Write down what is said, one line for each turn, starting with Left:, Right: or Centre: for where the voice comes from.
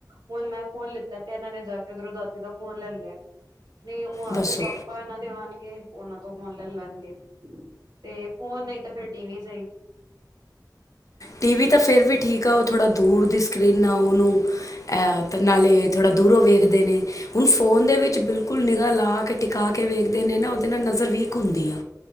Right: ਹੁਣ ਮੈਂ ਫੋਨ ਲਿੱਤਾ ਤੇ ਇਹਨਾਂ ਨੇ ਜਾ ਕੇ ਉਧਰੋਂ ਦਾਦੀ ਦਾ ਫੋਨ ਲੈ ਲਿਆ। ਨਹੀਂ ਉਹ
Left: ਦੱਸੋ
Right: ਫੇਰ ਪਾਪਾ ਇਹਨਾਂ ਦੇ ਆਣਗੇ ਉਹਨਾਂ ਤੋ ਫੋਨ ਲੈ ਲੈਣਗੇ ਤੇ ਫੋਨ ਨਈ ਤੇ ਫੇਰ ਟੀ ਵੀ ਸਹੀ
Left: ਟੀ ਵੀ ਤਾਂ ਫਿਰ ਵੀ ਠੀਕ ਆ, ਉਹ ਥੋੜ੍ਹਾ ਦੂਰ ਦੀ ਸਕਰੀਨ ਆ ਉਹਨੂੰ ਨਾਲੇ ਥੋੜ੍ਹਾ ਦੂਰੋਂ ਵੇਖਦੇ ਨੇ, ਹੁਣ ਫ਼ੋਨ ਦੇ ਵਿੱਚ ਬਿਲਕੁਲ ਨਿਗਾਾ ਲਾ ਅੱਖ ਟਿਕਾ ਕੇ ਵੇਖਦੇ ਨੇ ਨਾ ਉਹਦੇ ਨਾਲ ਨਜ਼ਰ ਵੀਕ ਹੁੰਦੀ ਆ।